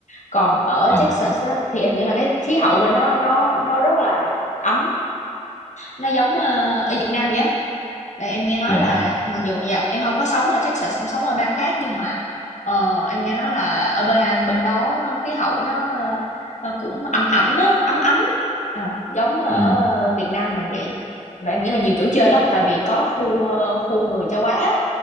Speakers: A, on the left; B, on the left.
A: còn ở
B: à
A: Texas á, thì em nghĩ là cái khí hậu bên đó nó nó rất là ấm, nó giống, ờ, ở Việt Nam vậy á. Và em nghe nói
B: dạ
A: là
B: em
A: mặc dù dạ em không có sống ở Texas, em sống ở bang khác nhưng mà ờ, em nghe nói là ở bang bên đó khí hậu nó ờ, cũng ẩm ẩm á, ấm ấm á. Ờ, giống ở
B: ừ
A: Việt Nam mình vậy. Và em nghĩ là nhiều chỗ chơi lắm tại vì có khu ờ, khu người châu Á